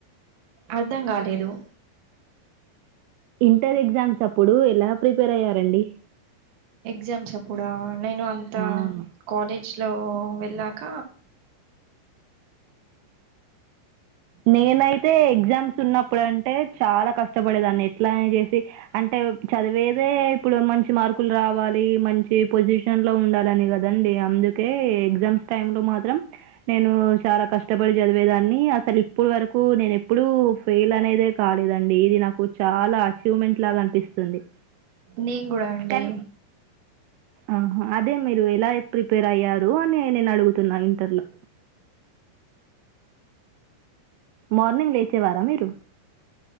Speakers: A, on the right (about 60°); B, on the right (about 85°).
A: అర్ధం కాలేదు
B: ఇంటర్ ఎగ్జామ్స్ అప్పుడు ఎలా ప్రిపేర్ అయ్యారండి
A: ఎగ్జామ్స్ అప్పుడా నేను అంత
B: ఆ!
A: కాలేజ్ హ లో వెళ్ళాక
B: నేనైతే ఎగ్జామ్స్ ఉన్నప్పుడు అంటే చాలా కష్టపడేదాన్ని ఎట్లా చేసి అంటే చదివేదే ఇప్పుడు మంచి మార్కులు రావాలి మంచి పొజిషన్ లో ఉండాలని కదండి అందుకే ఎగ్జామ్స్ టై లో మాత్రం నేను చాలా కష్టపడి చదివేదాన్ని అసలు ఇప్పుడు వరకు నేన ఎప్పుడూ ఫెయిల్ అనేదే కాలేదండి ఇది నాకు చాలా అచీవ్మెంట్ లాగా అనిపిస్తుంది
A: నేం కూడా అండి
B: కానీ ఆహా అదే మీరు ఎలా ప్రిపేర్ అయ్యారు అని నేను అడుగుతున్నా ఇంటర్లో మార్నింగ్ లేచేవారా మీరు